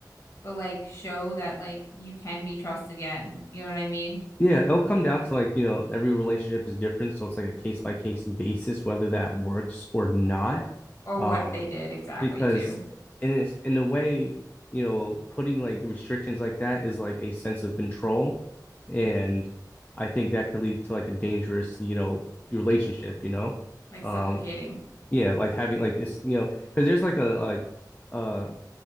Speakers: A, on the left (about 45°); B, on the left (about 25°).
A: but like show that like you can be trusted again you know what I mean
B: Yeah, it'll come down to like, you know, every relationship is different, so it's like a case by case basis whether that
A: Mhm.
B: works or not.
A: or
B: Um,
A: what they did exactly
B: because
A: too
B: in it's in a way, you know, putting like restrictions like that is like a sense of control, and I think that could lead to like a dangerous, you know, relationship, you know.
A: like
B: Um,
A: suffocating
B: yeah, like having like it's, you know, because there's like a like uh